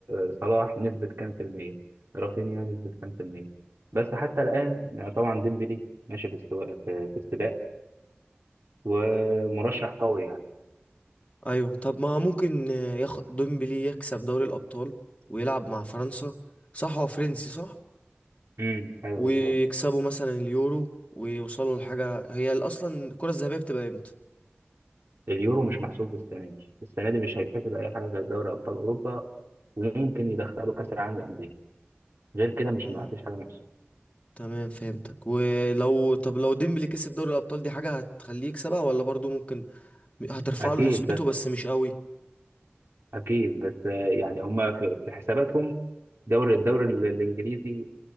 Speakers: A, on the right; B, on the left.
A: آه، صلاح نسبة كام في المية رافينيا نسبة كام في المية بس حتى الآن آه، طبعا ديمبلي ماشي في السواق في, في السباق ومرشح
B: ايوه
A: قوي يعني
B: ايوه طب ما ممكن ياخ... ديمبلي يكسب دوري الابطال ويلعب مع فرنسا صح هو فرنسي صح
A: امم ايوه
B: ويكسبوا
A: بالظبط
B: مثلا اليورو ويوصلوا لحاجة هي اصلا الكرة الذهبية بتبقى امتى
A: اليورو مش محسوب السنة دي السنة دي مش هيتحسب أي حاجة غير دوري أبطال أوروبا وممكن يدخلوا كأس العالم للأندية غير كده مش
B: مم.
A: ما فيش حاجة محسوبة
B: تمام فهمتك ولو طب لو ديمبلي كسب دوري الابطال دي حاجة هتخليه يكسبها ولا برضو ممكن هترفع
A: أكيد
B: له نسبته بس مش قوي
A: اكيد بس آه، يعني هم في في حساباتهم دوري الدوري ال- الانجليزي